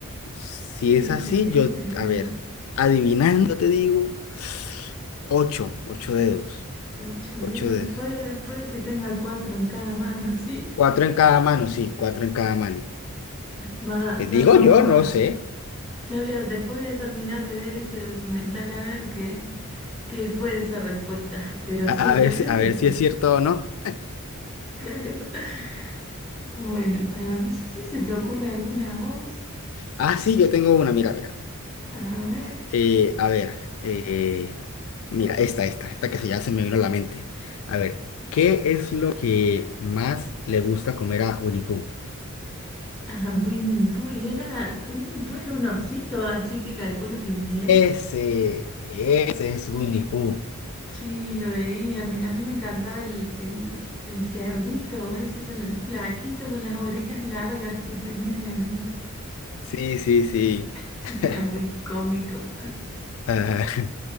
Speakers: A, on the left; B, in the centre.
A: Si
B: Sí,
A: es así,
B: podría
A: yo,
B: tener
A: a ver, adivinando te digo, ocho, ocho dedos,
B: ocho dedos.
A: ocho dedos.
B: Puede, puede que tenga cuatro en cada mano, ¿sí?
A: Cuatro en cada mano, sí, cuatro en cada mano.
B: Va,
A: Les
B: ya
A: digo
B: lo vamos
A: yo, no
B: a
A: sé.
B: Ya voy a- después voy a terminar de ver ese documental a ver qué, qué fue de esa respuesta. Pero
A: A,
B: sí,
A: a ver,
B: yo
A: si-
B: creo
A: a
B: que
A: ver
B: sí,
A: si es cierto o no.
B: claro. <laughs> Bueno, ah, no sé si se te ocurre alguna voz.
A: Ah, sí, yo tengo una, mira, mira.
B: A ver.
A: Eh, a ver, eh, mira, esta, esta, esta que se ya se me vino a la mente. A ver, ¿qué es lo que más le gusta comer a Winnie Pooh?
B: Ah, Winnie Pooh, y era, Winnie Pooh era un osito, así que calculo que miel.
A: Ese, ese es Winnie Pooh.
B: Sí, lo veía. me- a mí me encantaba el, el, el cerdito, ese con el flaquito con las orejas largas que tenía de amigo.
A: Sí, sí, sí.
B: <laughs>
A: <laughs>
B: Era muy cómico.
A: Ah,